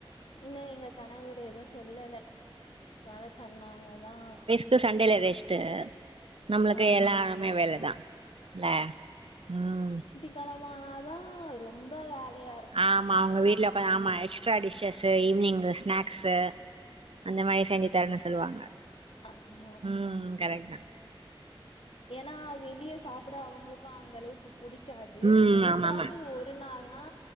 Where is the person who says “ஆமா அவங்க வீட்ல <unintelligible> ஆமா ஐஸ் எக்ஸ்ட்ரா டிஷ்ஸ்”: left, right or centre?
Right